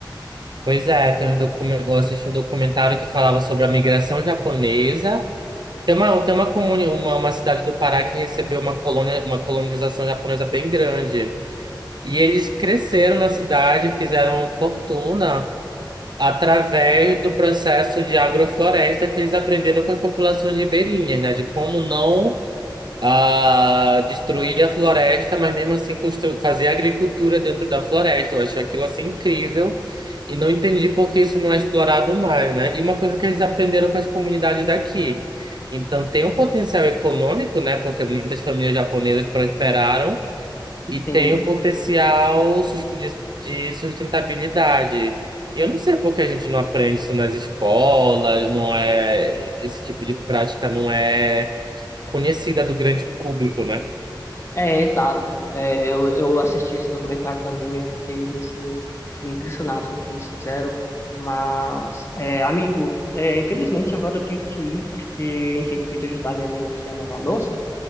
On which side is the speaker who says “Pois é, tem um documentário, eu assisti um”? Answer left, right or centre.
Right